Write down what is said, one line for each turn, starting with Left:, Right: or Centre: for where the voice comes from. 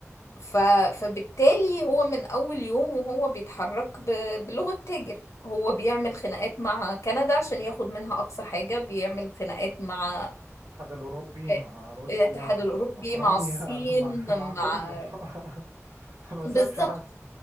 Left: ف... فبالتالي هو من اول يوم وهو بيتحرك ب... بلغة تاجر هو بيعمل خناقات مع كندا عشان ياخد منها اقصى حاجة بيعمل خناقات مع
Right: الاتحاد الاوروبي
Left: آه،
Right: مع روسيا
Left: الاتحاد
Right: مع
Left: الاوروبي
Right: اوكرانيا
Left: مع الصين
Right: <laughs> مع مع كله
Left: مع
Right: <laughs> ما سابش
Left: بالظبط
Right: حد